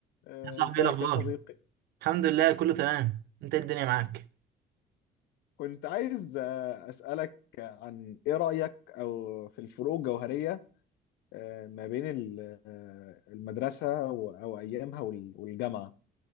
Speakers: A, on the left (about 80°); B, on the right (about 70°).
A: آه،
B: يا صاحبي
A: ازيك
B: ايه الاخبار
A: يا صديقي
B: الحمد لله كله تمام انت إيه الدنيا معاك
A: كنت عايز آه، اسالك عن ايه رايك او في الفروق الجوهريه آه، ما بين ال- آه، المدرسه و- او ايامها وال- والجامعه